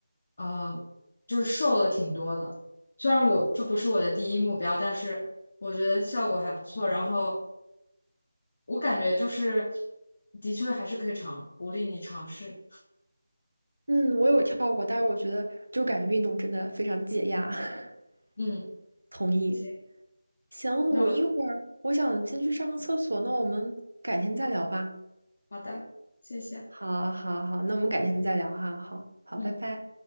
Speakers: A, on the left (about 40°); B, on the right (about 65°).
A: 呃，就是瘦了挺多的。虽然我这不是我的第一目标，但是我觉得效果还不错。然后我感觉就是，的确还是可以尝，鼓励你尝试。
B: 嗯，我有跳过，但是我觉得就感觉运动真的非常解压。<laughs>
A: 嗯，
B: 同意。
A: 行，
B: 行，
A: 那我
B: 我一会儿我想先去上个厕所，那我们改天再聊吧。
A: 好的，谢谢。
B: 好，好，好，那我们改天再聊哈。好，好，
A: 嗯。
B: 拜拜。